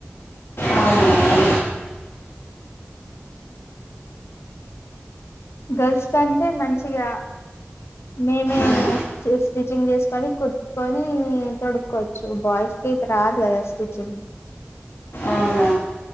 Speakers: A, on the left; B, on the left.
A: అవునా
B: గర్ల్స్ కంటే మంచిగా మేమే
A: ఆహా.
B: స్టిచింగ్ చేసుకొని కుట్కొని తొడుక్కకోవచ్చు బాయ్స్ అయితే రాదు కదా త్రిచ్చింగ్
A: అవును